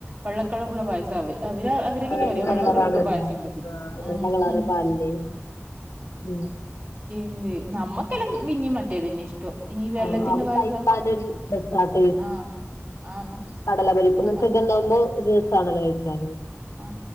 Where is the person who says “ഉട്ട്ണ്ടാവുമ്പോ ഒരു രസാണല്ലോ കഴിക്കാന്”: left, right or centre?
Left